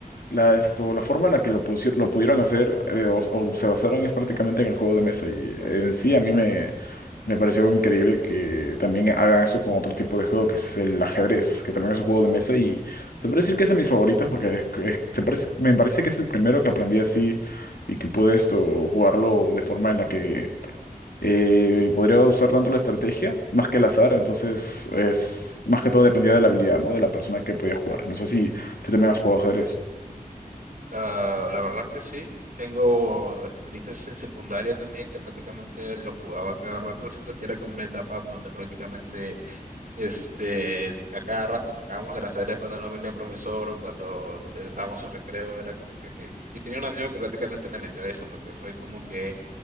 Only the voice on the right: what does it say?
Ah, la verdad que sí. Tengo experiencias en secundaria también que prácticamente lo jugaba cada rato. Siento que era como una etapa donde prácticamente este, a cada rato sacábamos el ajedrez cuando no venía el profesor o cuando estábamos en recreo. Era como que, que- Yo tenía un amigo que prácticamente me metió a eso porque fue como que